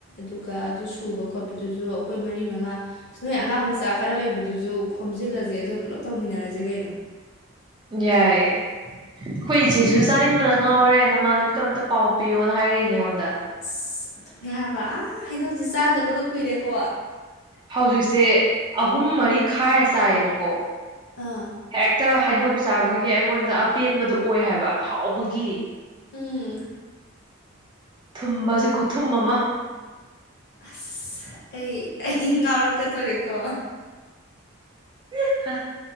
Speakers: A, on the left; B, on the right.
A: ꯗꯨꯒ ꯑꯗꯨ ꯁꯨꯕ ꯈꯣꯠꯄꯗꯨꯁꯨ ꯑꯩꯈꯣꯏ ꯃꯔꯤ ꯃꯉꯥ꯫ ꯑꯁ ꯅꯣꯏ ꯑꯉꯥꯡ ꯃꯆꯥ ꯈꯔ ꯂꯩꯕꯗꯨꯁꯨ ꯈꯣꯝꯖꯤꯜꯂꯁꯦ ꯑꯗꯨ ꯄꯨꯂꯞ ꯇꯧꯃꯤꯟꯅꯔꯁꯦ ꯀꯩꯅꯣ꯫
B: ꯌꯥꯏꯌꯦ꯫ ꯈꯣꯏ ꯏꯆꯦꯁꯨ ꯆꯥꯅꯤꯡꯕꯅ ꯉꯥꯎꯔꯦ ꯅꯃꯥꯟꯅꯕꯤꯗꯣ ꯑꯝꯇ ꯄꯥꯎ ꯄꯤꯌꯣꯅ ꯍꯥꯏꯔꯛꯏꯅꯦ ꯑꯩꯉꯣꯟꯗ꯫
A: ꯑꯁ ꯑꯗꯨꯅꯦ ꯍꯥꯏꯕ ꯑꯥ ꯍꯩꯅꯧꯖꯦ ꯆꯥꯗꯕꯒ ꯀꯨꯏꯔꯦꯀꯣ꯫
B: ꯍꯧꯖꯤꯛꯁꯦ ꯑꯍꯨꯝ ꯃꯔꯤ ꯈꯥꯏꯔ ꯆꯥꯏꯌꯦꯕꯀꯣ
A: ꯑꯥ
B: ꯍꯦꯛ꯫ ꯇ ꯍꯩꯅꯧ ꯆꯥꯕꯒꯤ ꯑꯩꯉꯣꯟꯗ ꯑꯄꯦꯟꯕꯗꯣ ꯑꯣꯏ ꯍꯥꯏꯕ ꯍꯥꯎꯕꯒꯤ꯫
A: ꯎꯝ꯫
B: ꯊꯨꯝꯕꯖꯤ ꯈꯨꯠꯊꯨꯝ ꯑꯃ꯫
A: ꯑꯁ ꯑꯩ ꯑꯩ ꯉꯥꯎꯔꯛꯀꯗꯣꯔꯦꯀꯣ꯫
B: ꯍꯤ ꯍꯥ